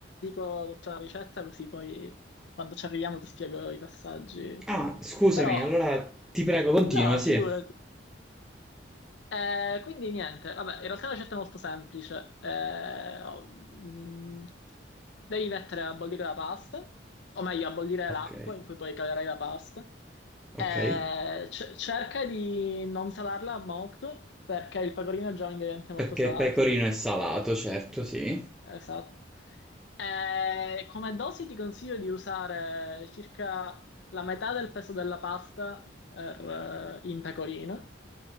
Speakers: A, on the left; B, in the centre.
A: dico tutta la ricetta così poi quando ci arriviamo ti spiego i passaggi.
B: Ah, scusami,
A: Però
B: allora ti prego, continua,
A: No,
B: sì.
A: figurati. Eh, quindi niente, vabbè, in realtà la ricetta è molto semplice. Eh, oh, mm, devi mettere a bollire la pasta, o meglio, a bollire
B: Ok,
A: l'acqua in cui poi calerai la pasta.
B: ok.
A: Eh, ce- cerca di non salarla molto, perché il pecorino è già un ingrediente molto
B: Perché
A: salato.
B: pecorino è salato, certo, sì.
A: Esatto. Eh, come dosi ti consiglio di usare circa la metà del peso della pasta per, eh, in pecorino.